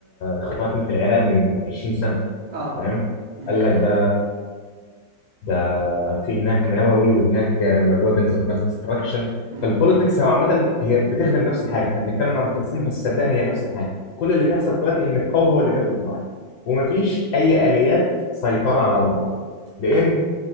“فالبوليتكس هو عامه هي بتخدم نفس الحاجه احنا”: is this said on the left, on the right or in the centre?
Left